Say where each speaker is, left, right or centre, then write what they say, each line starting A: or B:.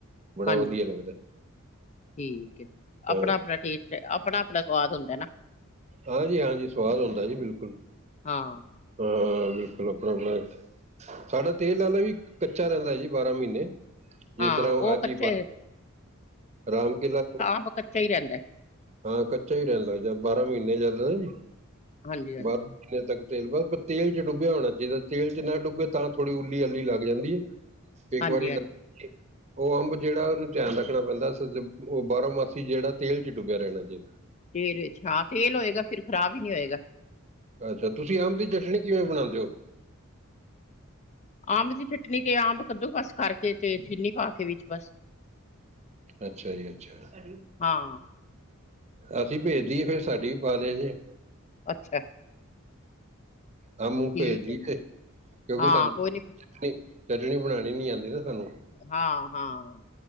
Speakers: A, on the right; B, on the left.
A: ਬੜਾ
B: ਹਾਂਜੀ
A: ਵਧੀਆ ਲੱਗਦੈ।
B: ਠੀਕ ਹੈ
A: ਹਾਂ
B: ਆਪਣਾ ਆਪਣਾ ਟੇਸਟ ਐ ਆਪਣਾ ਆਪਣਾ ਸਵਾਦ ਹੁੰਦੈ ਨਾ।
A: ਹਾਂਜੀੀ ਹਾਂਜੀ ਸਵਾਦ ਹੁੰਦਾ ਜੀ ਬਿਲਕੁਲ
B: ਹਾਂ,
A: ਹਾਂ ਬਿਲਕੁਲ ਆਪਣਾ ਆਪਣਾ ਸਾਡਾ ਤੇਲ ਆਲਾ ਵੀ ਕੱਚਾ ਰਹਿੰਦੈ ਜੀ ਬਾਰਾਂ ਮਹੀਨੇ ਜਿਸ
B: ਹਾਂ
A: ਤਰ੍ਹਾਂ
B: ਉਹ
A: ਅੱਜ
B: ਕੱਚੇ
A: ਹੀ ਰਾਮ ਕਿਲਾ
B: ਓਹ ਕੱਚਾ ਹੀ ਰਹਿੰਦੈ।
A: ਹਾਂ ਕੱਚਾ ਹੀ ਰਹਿੰਦੈ ਜ ਬਾਰਾਂ ਮਹੀਨੇ ਚੱਲਦਾ ਜੀ
B: ਹਾਂਜੀ-ਹਾਂਜੀ
A: ਬਾਰਾਂ ਕਿੰਨੇ ਤੱਕ ਤੇਲ ਬ ਤੇਲ ਚ ਡੁੱਬਿਆ ਹੋਣਾ ਚਾਹੀਦੈ ਤੇਲ ਚ ਨਾ ਡੁਬੇ ਤਾਂ ਥੋੜੀ ਉੱਲੀ ਅੱਲੀ ਲੱਗ ਜਾਂਦੀ ਏ। ਇੱਕ
B: ਹਾਂਜੀ
A: ਵਾਰੀ ਲ
B: ਹਾਂਜੀ
A: ਉਹ ਅੰਬ ਜਿਹੜਾ ਉਹਨੂੰ ਧਿਆਨ ਰੱਖਣਾ ਪੈਂਦਾ ਉਹ ਬਾਹਰੋਂ ਮਾਸੀ ਜਿਹੜਾ ਤੇਲ ਚ ਡੁੱਬਿਆ ਰਹਿਣਾ ਚਾਹੀਦੈ।
B: ਤੇਲ ਵਿੱਚ ਹਾਂ ਤੇਲ ਹੋਏਗਾ ਫਿਰ ਖਰਾਬ ਹੀ ਨੀ ਹੋਏਗਾ
A: ਅੱਛਾ ਤੁਸੀਂ ਅੰਬ ਦੀ ਚਟਣੀ ਕਿਵੇਂ ਬਣਾਉਂਦੇ ਹੋ
B: ਆੰਬ ਦੀ ਚਟਨੀ ਤੇ ਆੰਬ ਕੱਦੋ ਕਸ ਕਰਕੇ ਤੇ ਚੀਨੀ ਪਾ ਕੇ ਵਿੱਚ ਬਸ
A: ਅੱਛਾ ਜੀ ਅੱਛਾ
B: ਹਾਂ
A: ਅਸੀਂ ਭੇਜਦੀਏ ਫੇਰ ਸਾਡੀ ਵੀ ਪਾ ਦਿਆ ਜੇ
B: ਅੱਛਾ।
A: ਆਮ
B: ਠੀਕ
A: ਉਮ ਭੇਜਦੀਏ
B: ਹੈ
A: ਕਿਉਂਕਿ
B: ਹਾਂ
A: ਸਾਨੂੰ
B: ਕੋਈ ਨੀ
A: ਚਟਨੀ ਬਣਾਣੀ ਨੀ ਆਂਦੀ ਨਾ ਸਾਨੂੰ
B: ਹਾਂ, ਹਾਂ